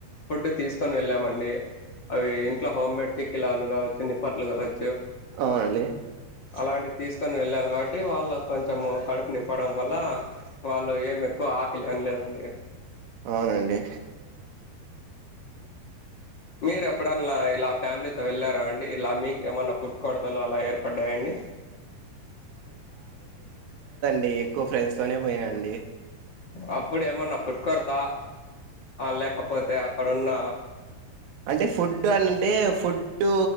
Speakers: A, on the left (about 80°); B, on the right (about 70°).
A: ఫుడ్ తీసుకొని వెళ్ళామండి అవి ఇంట్లో హోమ్మేడ్ చెక్కిలాలు కావచ్చు నిప్పట్లు కావచ్చు
B: అవునండి
A: అలాంటివి తీసుకొని వెళ్ళాం కాబ టే వాళ్ళక్కొంచెం కడుపు నింపడం వల్ల వాళ్ళు ఏం ఎక్కువ ఆకలి అనలేదండి
B: అవునండి
A: మీరు ఎప్పుడన్నా ఇలా ఫ్యామిలీతో వెళ్ళారా అండి ఇలా మీకేమన్నా ఫుడ్ కొడతలు అలా ఏర్పడ్డాయాండి
B: టే ఎక్కువ ఫ్రెండ్స్ తోనే పోయినా అండి
A: అప్పుడేమ్మన్నా ఫుడ్కొ డతా లేకపోతే ఆక్కడున్న
B: అంటే ఫుడ్ అనింటే ఫుడ్డు